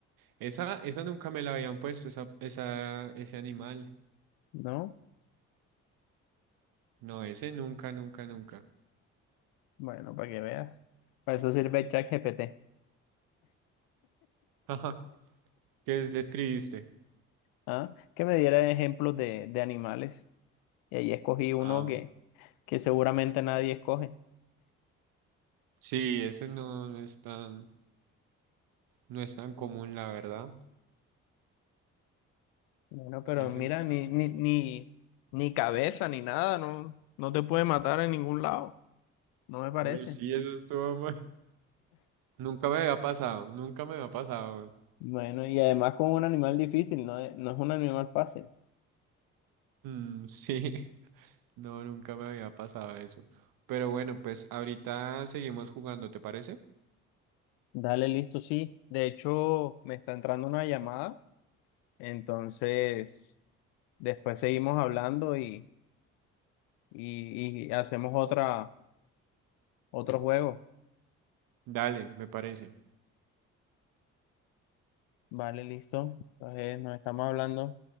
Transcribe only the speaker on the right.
Esa, esa nunca me la habían puesto, esa, esa, ese animal.
No, ese nunca, nunca, nunca.
<laughs> Ajá. ¿Qué es- le escribiste?
Ah,
sí, ese no, no es tan, no es tan común, la verdad.
Ese
no es tan
común.
Uy, sí, eso estuvo muy. <laughs> Nunca me había pasado, nunca me había pasado.
Mm, <laughs> sí. No, nunca me había pasado eso. Pero bueno, pues ahorita seguimos jugando, ¿te parece?
Dale, me parece.